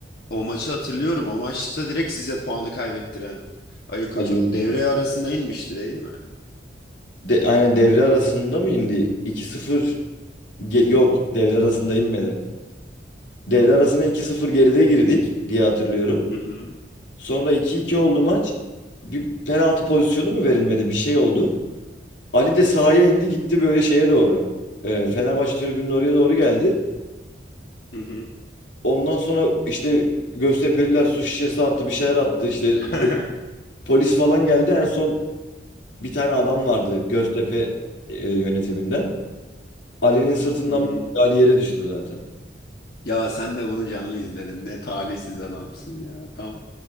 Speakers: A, on the left (about 55°); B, on the left (about 80°).
A: O maçı hatırlıyorum. O maçta direkt size puanı kaybettiren Ali Koçoğlu
B: Ali.
A: devre arasında inmişti değil mi?
B: De, aynen devre arasında mı indi? 2 sıfır ge- yok devre arasında inmedi. Devre arasına 2-0 geride girdik diye hatırlıyorum.
A: Hı hı.
B: Sonra iki iki oldu maç. Bir penaltı pozisyonu mu verilmedi? Bir şey oldu. Ali de sahaya indi gitti böyle şeye doğru. Ee, Fenerbahçe tribünün oraya doğru geldi.
A: Hı hı.
B: Ondan sonra işte Göztepe'liler su şişesi attı bir şeyler attı işte
A: <laughs>
B: polis falan geldi. En son bir tane adam vardı Göztepe e, yönetiminden. Ali'nin sırtından
A: Hı hı.
B: bir gitti, Ali yere düştü zaten.
A: Ya sen de bunu canlı izledin. Ne talihsiz adamsın ya. Tam